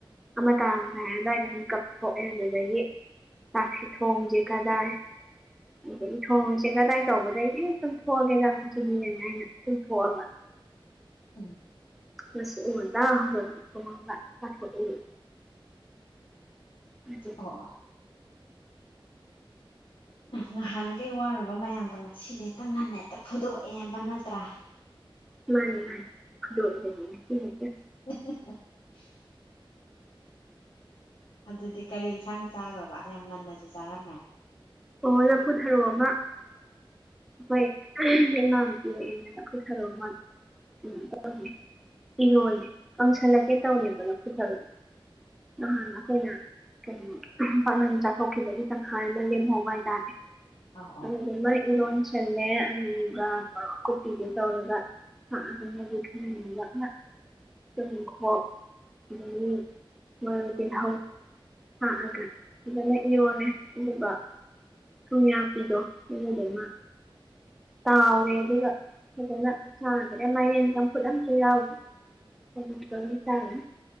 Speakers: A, in the centre; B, on the left.
A: ꯑꯃ ꯇꯥꯔꯝꯗꯥꯏ ꯑꯗꯥꯏꯗ ꯃꯤꯀꯞ ꯊꯣꯛꯑꯦ ꯑꯗꯨꯗꯒꯤ ꯆꯥꯛꯁꯦ ꯊꯣꯡꯒꯦ ꯀꯗꯥꯏ ꯑꯗꯒꯤ ꯊꯣꯡꯁꯦ ꯀꯗꯥꯏ ꯇꯧꯒꯗꯒꯤ ꯑꯩ ꯇꯨꯝꯊꯣꯛꯑꯒꯦꯗ ꯃꯁꯤꯗꯤꯅ ꯑꯩꯅ ꯇꯨꯝꯊꯣꯛꯑꯕ
B: ꯎꯝ
A: ꯑꯁ ꯑꯌꯨꯛ ꯉꯟꯇꯥ ꯍꯧꯒꯠꯂꯒ <unintelligible> ꯑꯗꯨ
B: ꯑꯣ ꯑꯣ ꯅꯍꯥꯟꯈꯩ ꯋꯥꯔꯨꯕ ꯃꯌꯥꯝꯗꯣ ꯉꯁꯤꯗꯤ ꯍꯦꯛꯇ ꯉꯟꯅ ꯍꯦꯛꯇ ꯐꯨꯗꯣꯛꯑꯦꯕ ꯅꯠꯇ꯭ꯔꯥ
A: ꯃꯥꯟꯅꯤ ꯃꯥꯟꯅꯤ <inaudible>
B: <unintelligible> ꯑꯗꯨꯗꯤ ꯀꯔꯤ ꯢꯟꯁꯥꯡ ꯆꯥꯒ꯭ꯔꯕ ꯌꯥꯝ ꯉꯟꯅꯁꯨ ꯆꯥꯔꯝꯃꯦ
A: ꯑꯣ ꯂꯐꯨ ꯊꯔꯣ ꯑꯃ ꯑꯩꯈꯣꯏ ꯏꯃꯥꯅꯄꯤꯔꯑꯅ ꯂꯐꯨ ꯊꯔꯣ ꯑꯃ ꯀꯩꯅꯣ ꯇꯧ ꯏꯔꯣꯜ ꯀꯪꯁꯜꯂꯛꯀꯦ ꯇꯧꯔꯦꯕ ꯂꯐꯨ ꯊꯔꯣ ꯅꯍꯥꯟ ꯑꯩꯈꯣꯏꯅ ꯀꯩꯅꯣ ꯄꯥꯛꯅꯝ ꯆꯥꯊꯣꯛꯈꯤꯕꯒꯤ ꯇꯪꯈꯥ ꯑꯃ ꯂꯦꯝꯍꯧ ꯍꯥꯢ ꯇꯥꯔꯦ
B: ꯑꯧ
A: <unintelligible>
B: ꯑꯧ
A: ꯏꯔꯣꯁꯜꯂꯦ ꯑꯂꯨꯒ ꯃꯣꯔꯣꯛ ꯑꯀꯨꯞꯄꯤꯗꯨ ꯇꯧꯔꯒ <unintelligible> ꯇꯨꯅꯤꯡꯈꯣꯛ ꯑꯗꯒꯤ ꯃꯔꯣꯏ ꯇꯤꯜꯍꯧ ꯊꯥꯛꯑꯒ ꯐꯖꯅ ꯏꯔꯣꯜꯂꯦ ꯑꯗꯨꯒ ꯊꯨꯝꯌꯥꯛꯄꯤꯗꯣ ꯑꯗꯨ ꯗꯨꯃ ꯇꯥꯎꯔꯦ ꯑꯗꯨꯒ ꯐꯖꯅ ꯆꯥꯒꯔꯦ ꯃꯥꯏꯔꯦꯟ ꯆꯝꯐꯨꯠ ꯑꯝꯁꯨ ꯌꯥꯎꯔꯤ ꯑꯗꯨꯁꯨ ꯑꯗꯨꯝ ꯆꯥꯒ꯭ꯔꯦ